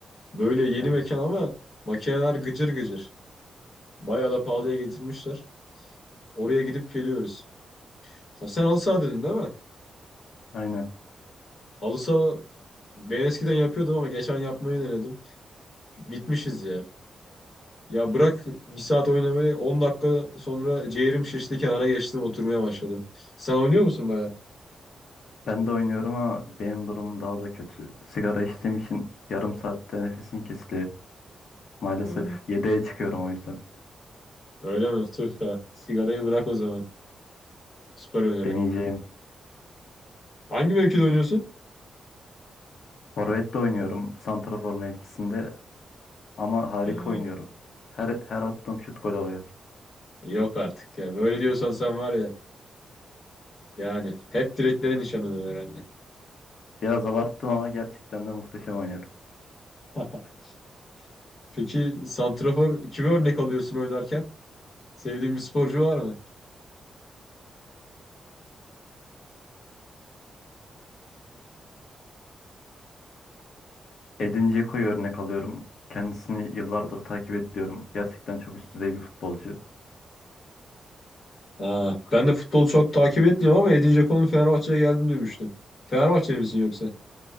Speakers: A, on the left; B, on the left.
A: Böyle yeni
B: Evet.
A: mekan ama makineler gıcır gıcır. Bayağı da pahalıya getirmişler. Oraya gidip geliyoruz. Ha, sen halı saha dedin değil mi?
B: Aynen.
A: Halı saha Ben eskiden yapıyordum ama geçen yapmayı denedim. Bitmişiz ya. Ya bırak bir saat oynamayı 10 dakika sonra ciğerim şişti kenara geçtim oturmaya başladım. Sen oynuyor musun baya?
B: Ben de oynuyorum ama benim durumum daha da kötü. Sigara içtiğim için yarım saatte nefesim kesiliyor. Maalesef
A: Aynen.
B: 7'ye çıkıyorum o yüzden.
A: Öyle mi? Tüh be. Sigarayı bırak o zaman. Süper öneri.
B: Deneyeceğim.
A: Hangi mevkide oynuyorsun?
B: Forvet de oynuyorum. Santrafor mevkisinde. Ama harika
A: Aynen.
B: oynuyorum. Her, her attığım şut gol oluyor.
A: Yok artık ya. Böyle diyorsan sen var ya. Yani hep direklere nişanlanıyorsun herhalde.
B: Biraz abarttım ama gerçekten de muhteşem oynuyorum.
A: <laughs> Peki santrafor kimi örnek alıyorsun oynarken? Sevdiğin bir sporcu var mı?
B: Edin Dzeko'yu örnek alıyorum. Kendisini yıllardır takip ediyorum. Gerçekten çok üst düzey bir futbolcu.
A: Ha, ben de futbolu çok takip etmiyorum ama Edin Dzeko'nun Fenerbahçe'ye geldiğini duymuştum. Fenerbahçeli misin yoksa?